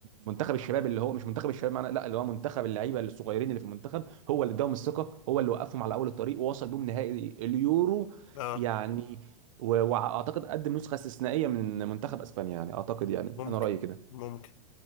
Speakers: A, on the right (about 60°); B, on the left (about 60°).
A: منتخب الشباب اللي هو مش منتخب الشباب معنا لا اللي هو منتخب اللعيبه الصغيرين اللي في المنتخب هو اللي اداهم الثقه هو اللي وقفهم على اول الطريق ووصل بيهم نهائي اليورو
B: اه
A: يعني و- واعتقد قدم نسخه استثنائيه من منتخب اسبانيا يعني اعتقد يعني
B: ممكن
A: انا رايي كده
B: ممكن